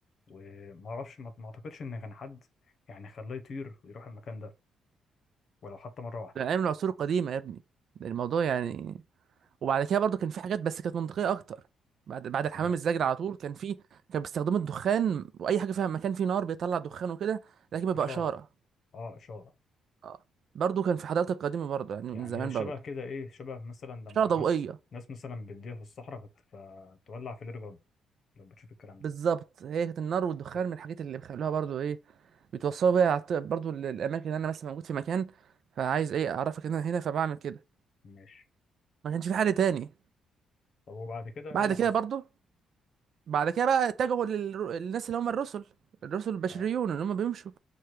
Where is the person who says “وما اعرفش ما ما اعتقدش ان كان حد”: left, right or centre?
Left